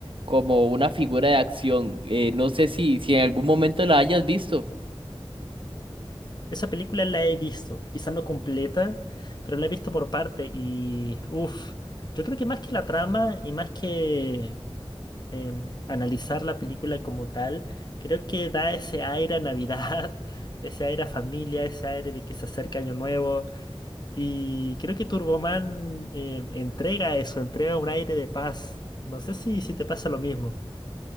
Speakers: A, on the right; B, on the left.
A: como una figura de acción. Eh, no sé si, si en algún momento la hayas visto.
B: Esa película la he visto, quizás no completa, pero la he visto por parte y uff, yo creo que más que la trama y más que em, analizar la película como tal, creo que da ese aire a Navidad, <laughs> ese aire a familia, ese aire de que se acerca Año Nuevo. Y creo que Turboman eh, entrega eso, entrega un aire de paz. No sé si, si te pasa lo mismo.